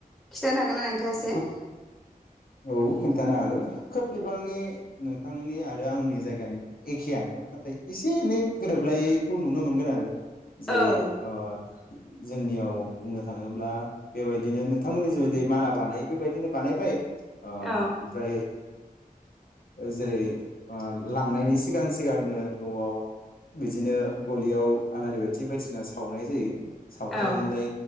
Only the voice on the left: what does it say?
खोब औ खिन्थानो हागोन खोब गोबांनि नोंथांनि आरो आंनि जायगानि एखेयानो नाथाय एसे एनै गोरोबलायखौ नुनो मोनगोन आरो। जेरै
अ जोंनियाव बुंनो थाङोब्ला बेबायदिनो नोंथांमोननि जिबादि माला बानायो बेबायदिनो बानायबाय। अ
ओमफ्राय जेरै लांनायनि सिगां सिगांनो नआव बिदिनो गलियाव आलारि बाथि बायदिसिना सावनाय जायो। सावखांनानै।